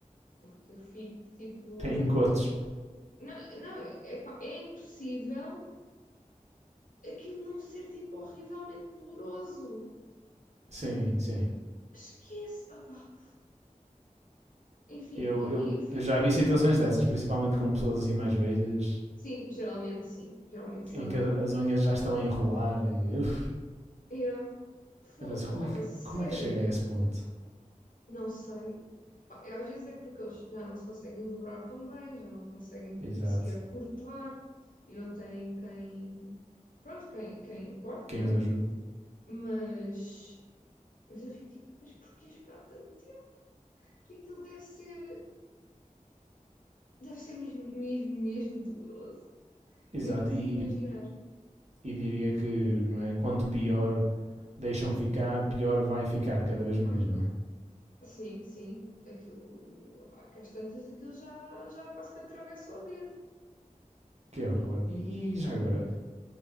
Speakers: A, on the left; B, on the right.
A: porque eu fico tipo.
B: Tem encontros.
A: Não, não é, é, é impossível aquilo não ser tipo horrivelmente doloroso.
B: Sim, sim.
A: Esquece! Ah, Enfim,
B: Eu,
A: e
B: eu,
A: eu fico
B: eu já
A: mesmo
B: vi
A: tipo.
B: situações dessas, principalmente com pessoas assim mais velhas,
A: Sim, geralmente sim, geralmente são.
B: em que as unhas já estão a enrolar e, uf,
A: Yeah. Houve,
B: eu penso, como é, que,
A: sério?
B: como é que chega a esse ponto?
A: Não sei. Pá, eu, às vezes é porque eles já não se conseguem dobrar tão bem, já não conseguem
B: Exato.
A: sequer cortar e não têm quem. Pronto, quem, quem corte,
B: Quem
A: não é?
B: os ajude?
A: Mas Mas eu fico tipo, mas porquê esperar tanto tempo? Aquilo deve ser, deve ser mesmo, mesmo, mesmo doloroso.
B: Exato,
A: Nem consigo
B: e,
A: imaginar.
B: e diria que, não é? Quanto pior deixam ficar, pior vai ficar cada vez mais, não é?
A: Sim, sim, aquilo, opá, que às tantas aquilo já, já quase que atravessa o dedo.
B: Que horror. E, e já agora,